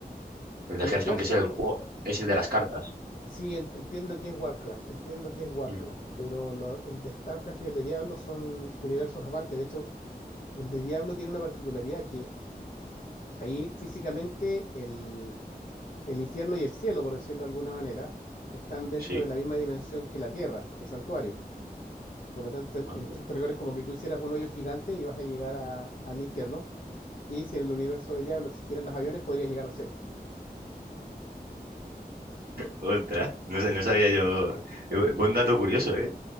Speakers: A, on the right; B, on the left.
A: El
B: El
A: de Hearthstone
B: de Hearthstone,
A: que es el juego,
B: sí,
A: es el de las cartas.
B: sí en- entiendo que es Warcraft, entiendo que es Warcraft,
A: Mm.
B: pero lo- el de StarCraft y el de Diablo son universos aparte. De hecho, el de Diablo tiene una particularidad que ahí físicamente el el infierno y el cielo, por decirlo de alguna manera, están dentro
A: Sí,
B: de la misma dimensión que la tierra, que es santuario. Por lo tanto,
A: onda.
B: en, en estricto rigor es como que tú hicieras un hoyo gigante y vas a llegar a- al infierno. Y si en el universo de Diablo existieran los aviones, podrías llegar al cielo.
A: Ostras, no, sé- no sabía yo. Eh, Buen dato curioso, ¿eh?